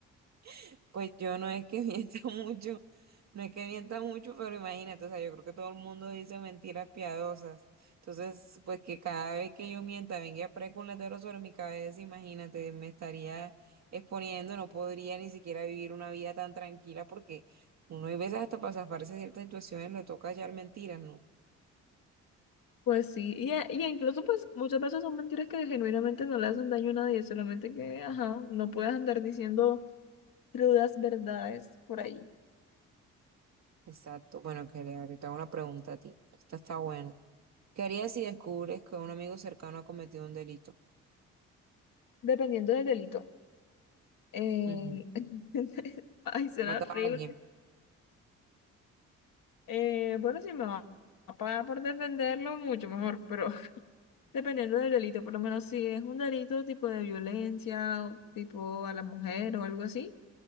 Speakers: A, on the right; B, on the left.
A: <laughs> pues yo no es que <laughs> mienta mucho, no es que mienta mucho, pero imagínate, o sea, yo creo que todo el mundo dice mentiras piadosas. Entonces, pues que cada vez que yo mienta venga a aparezca un letrero sobre mi cabeza, imagínate, me estaría exponiendo, no podría ni siquiera vivir una vida tan tranquila porque uno hay veces hasta para zafarse de ciertas situaciones le toca hallar mentiras, ¿no?
B: Pues sí, y, e- y incluso pues muchas veces son mentiras que genuinamente no le hacen daño a nadie, solamente que, ajá, no puedes andar diciendo crudas verdades por ahí,
A: Exacto. Bueno, que le ahorita hago una pregunta a ti. Esta está buena. ¿Qué harías si descubres que un amigo cercano ha cometido un delito?
B: dependiendo del delito. Eh,
A: Ujú.
B: <laughs> Ay, será
A: Matar
B: horrible.
A: a alguien,
B: Eh, bueno, si me va a pagar por defenderlo, mucho mejor, pero <laughs> dependiendo del delito, por lo menos si es un delito tipo de violencia, o tipo a la mujer o algo así.